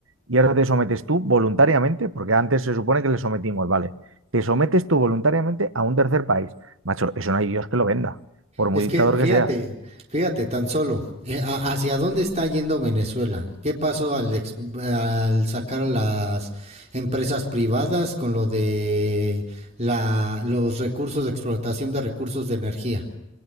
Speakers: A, on the right; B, on the right.
A: y ahora te sometes tú voluntariamente, porque antes se supone que le sometimos, vale, te sometes tú voluntariamente a un tercer país. Macho, eso no hay Dios que lo venda, por muy
B: Es
A: dictador
B: que fíjate,
A: que sea
B: fíjate tan solo, eh, a- ¿hacia dónde está yendo Venezuela? ¿Qué pasó al, ex- al sacar las empresas privadas con lo de la, los recursos de explotación de recursos de energía?